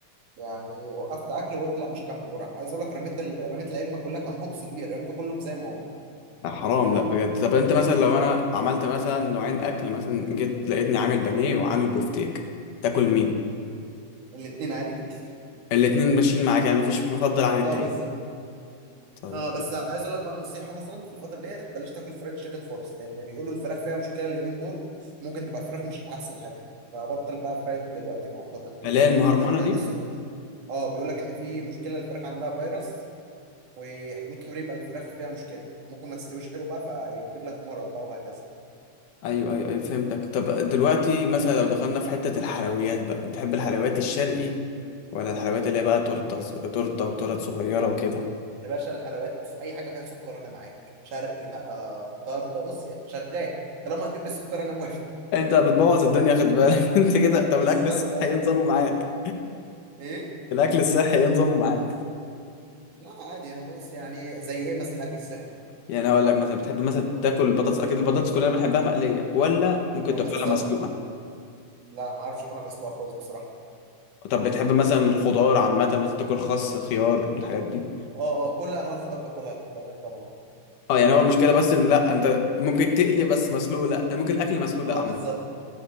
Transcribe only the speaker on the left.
لا حرام لا بجد طب انت مثلا لو انا عملت مثلا نوعين اكل مثلا جيت لقيتني عامل بانيه وعامل بوفتيك تاكل مين
الاتنين ماشيين معاك يعني مفيش مفضل عن
التاني
طيب
اللي هي المهرمانه
دي
ايوه ايوه ايوه فهمتك طب دلوقتي مثلا لو دخلنا في حتة الحلويات بقى بتحب الحلويات الشرقي ولا الحلويات اللي هي بقى تورته ص- تورته وتورت صغيرة وكده
انت بتبوظ الدنيا
خد بالك <laughs> انت كده طب
الاكل الصحي
ايه نظامه معاك
الاكل الصحي ايه نظامه معاك
يعني هقول لك مثلا بتحب مثلا تاكل البطاطس اكيد البطاطس كلنا بنحبها مقلية ولا ممكن
تاكلها
مسلوقة
طب بتحب مثلا الخضار عامة مثلا تاكل خس خيار الحاجات دي
اه يعني هو المشكلة بس ان لا انت ممكن تقلي بس مسلوق لا ممكن الاكل مسلوق لا
عامة